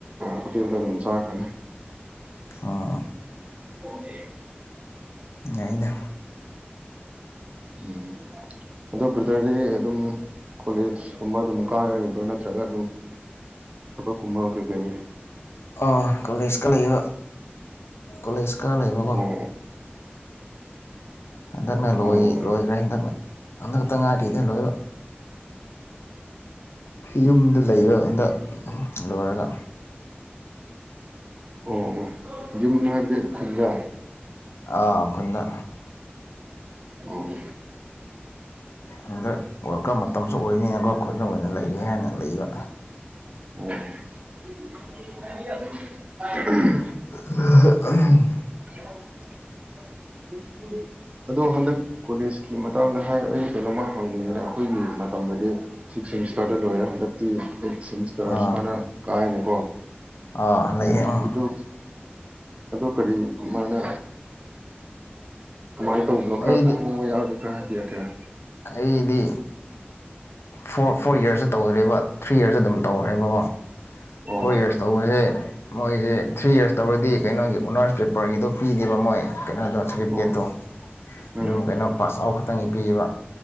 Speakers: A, on the right; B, on the left.
A: ꯍꯣꯇꯦꯜꯗ ꯑꯗꯨꯝ ꯆꯥꯈꯅꯤ
B: ꯑꯥ
A: <inaudible>
B: ꯌꯥꯏꯅ
A: <unintelligible> ꯑꯗꯣ ꯕ꯭ꯔꯗꯔꯗꯤ ꯑꯗꯨꯝ ꯀꯣꯂꯦꯖꯀꯨꯝꯕ ꯑꯗꯨꯝ ꯀꯥꯅꯔꯤꯕ꯭ꯔꯥ ꯅꯠꯇ꯭ꯔꯒ ꯑꯗꯨꯝ ꯊꯕꯛ ꯀꯨꯝꯕ ꯀꯩ ꯀꯩ
B: ꯑ ꯀꯣꯂꯦꯖꯀ ꯂꯩꯕ ꯀꯣꯂꯦꯖ ꯀꯥꯔ ꯂꯩꯕꯀꯣ
A: ꯑꯣ
B: ꯍꯟꯗꯛꯅ ꯂꯣꯏ
A: ꯑꯣ
B: ꯂꯣꯏꯈ꯭ꯔꯦ ꯍꯟꯗꯛꯅ ꯍꯟꯗꯛꯇ ꯉꯥꯏꯔꯤꯗ ꯂꯣꯏꯕ ꯌꯨꯝꯗ ꯂꯩꯕ ꯍꯟꯗꯛ ꯂꯣꯏꯔꯒ
A: ꯑꯣ ꯑꯣ ꯌꯨꯝ ꯍꯥꯏꯕꯗꯤ ꯈꯨꯟꯗ
B: ꯑꯥ ꯈꯨꯟꯗ
A: ꯑꯣ
B: ꯍꯟꯗꯛ ꯋ꯭ꯔꯀꯞ ꯃꯇꯝꯁꯨ ꯑꯣꯏꯕꯅꯤꯅꯀꯣ ꯈꯨꯟꯗ ꯑꯣꯏꯅ ꯂꯩꯒꯦ ꯍꯥꯏꯅ ꯂꯩꯕ
A: ꯑꯣ <inaudible>
B: <unintelligible>
A: <unintelligible> <inaudible> ꯑꯗꯣ ꯍꯟꯗꯛ ꯀꯣꯂꯦꯖꯀꯤ ꯃꯇꯥꯡꯗ ꯍꯥꯏꯔ ꯑꯩ ꯀꯩꯅꯣꯝꯃ ꯍꯪꯅꯤꯡꯉꯤꯕꯅꯦ ꯑꯩꯈꯣꯏꯒꯤ ꯃꯇꯝꯗꯗꯤ ꯁꯤꯛꯁ ꯁꯦꯃꯤꯁꯇꯥꯔꯗ ꯂꯣꯏꯔꯦ ꯍꯟꯗꯛꯇꯤ ꯑꯩꯠ ꯁꯦꯃꯤꯁꯇꯔ
B: ꯑꯥ
A: ꯁꯨꯃꯥꯏꯅ ꯀꯥꯏꯅ ꯀꯣ
B: ꯑꯥ ꯂꯩꯌꯦ ꯎꯝ
A: ꯑꯗꯨ ꯑꯗꯨ ꯀꯔꯤ ꯀꯃꯥꯏꯅ ꯀꯃꯥꯏꯅ ꯇꯧꯕꯅꯣ
B: ꯑꯩꯗꯤ
A: ꯈꯔ ꯈꯪꯕ ꯌꯥꯎꯔꯗꯤ ꯈꯔ ꯍꯥꯏꯕꯤꯔꯛꯀꯦꯔꯥ
B: ꯑꯩꯗꯤ ꯐꯣꯔ ꯐꯣꯔ ꯏꯌ꯭ꯔꯁꯇ ꯇꯧꯗ꯭ꯔꯦꯕ ꯊ꯭ꯔꯤ ꯏꯌ꯭ꯔꯁꯇ ꯑꯗꯨꯝ ꯇꯧꯈꯔꯦꯕꯀꯣ
A: ꯑꯣ
B: ꯐꯣꯔ ꯌꯔꯁ ꯇꯧꯕꯁꯦ ꯃꯣꯏꯁꯦ ꯊ꯭ꯔꯤ ꯏꯔꯁ ꯇꯧꯔꯗꯤ ꯀꯩꯅꯣꯒꯤ ꯑꯣꯅꯔꯁ ꯄꯦꯄꯔꯒꯤꯗꯣ ꯄꯤꯗꯦꯕ ꯃꯣꯏ ꯀꯩꯅꯣꯗꯣ ꯁꯥꯔꯇꯤꯐꯤꯀꯦꯠꯇꯣ
A: ꯑꯣ ꯎꯝ
B: ꯑꯗꯨꯝ ꯀꯩꯅꯣ ꯄꯥꯁ ꯑꯥꯎꯠ ꯈꯛꯇꯪꯒꯤ ꯄꯤꯕ